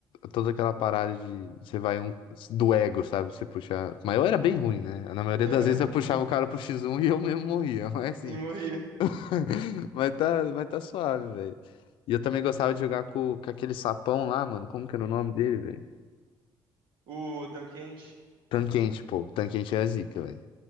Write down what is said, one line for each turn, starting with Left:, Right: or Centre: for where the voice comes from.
Left: toda aquela parada de você vai um do ego, sabe? Você puxar. Mas eu era bem ruim, né? Na maioria
Right: Aham.
Left: das vezes eu puxava
Right: <laughs>
Left: o cara pro X1 e eu mesmo morria, mas assim.
Right: E morria.
Left: <laughs> Mas tá, mas tá suave, velho. E eu também gostava de jogar com, com aquele sapão lá, mano. Como que era o nome dele, velho?
Right: O Tanquente.
Left: Tanquente, pô. Tanquente é zica, velho.